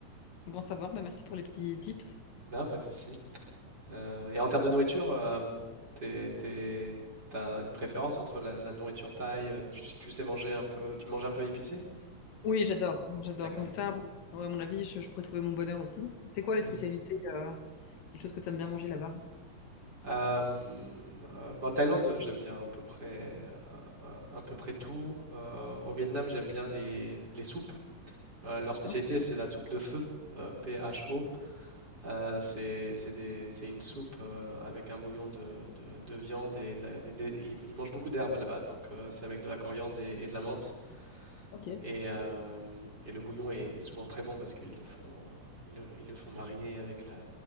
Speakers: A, on the left (about 90°); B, on the right (about 30°).
A: Bon à savoir, bah merci pour les petits tips.
B: Non, pas de souci. Euh, et en termes de nourriture, euh, t'es, t'es- t'as une préférence entre la, la nourriture thaï, euh, tu, tu sais manger un peu, tu manges un peu épicé?
A: Oui, j'adore, j'adore.
B: D'accord.
A: Donc ça, ouais, à mon avis, je, je pourrais trouver mon bonheur aussi. C'est quoi
B: Oui.
A: les spécialités, euh, les choses que tu aimes bien manger là-bas?
B: Euh, euh, bah, en Thaïlande, j'aime bien à peu près, euh, à peu près tout. Euh, au Vietnam, j'aime bien les, les soupes. Euh, leur spécialité,
A: Ok.
B: c'est la soupe de feu, euh, PHO. Euh, c'est c'est des- c'est une soupe euh, avec un bouillon de, de- de viande et de la- des- des- ils, ils mangent beaucoup d'herbes là-bas, donc euh, c'est avec de la coriandre et, et de la menthe.
A: Ok.
B: Et, euh, et le bouillon est, est souvent très bon parce qu'ils le font, euh, ils le, ils le font mariner avec la,